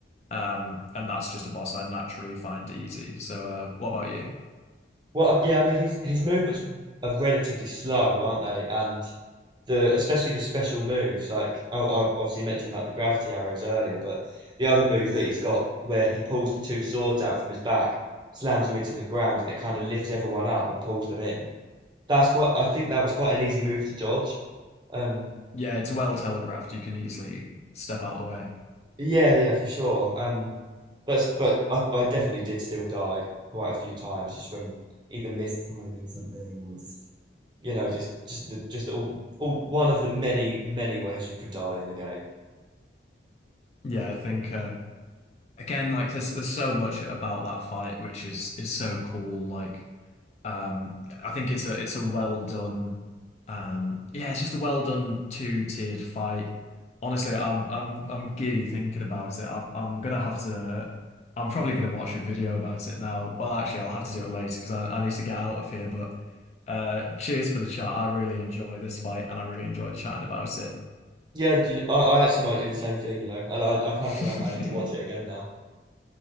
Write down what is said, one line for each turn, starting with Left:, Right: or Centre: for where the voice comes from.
Left: Um, and that's just a boss I naturally find easy. So, uh, what about you?
Right: Well, um, yeah, I mean, his his movements are relatively slow, aren't they? And the especially the special moves like I, I obviously mentioned like the gravity arrows earlier but the other move that he's got where he pulls the two swords out from his back slams them into the ground and it kind of lifts everyone up and pulls them in that's quite I think that was quite an easy move to dodge um
Left: Yeah, it's well telegraphed. You can easily step out of the way.
Right: yeah yeah for sure um but but I, I definitely did still die quite a few times just from either mistiming something or just you know just just the just all, all one of the many many ways you can die in the game
Left: Yeah, I think uh, again like there's there's so much about that fight which is is so cool like um I think it's a it's a well done um yeah it's just a well done two-tiered fight honestly I'm I'm I'm giddy thinking about it I'm I'm gonna have to I'm probably gonna watch a video about it now well actually I'll have to do it later because I, I need to get out of here but uh cheers for the chat I really enjoy this fight and I really enjoyed chatting about it
Right: Yeah, do you, I, I actually might do the same thing, you know, and I, I kind
Left: <laughs>
Right: of feel like I need to watch it again now.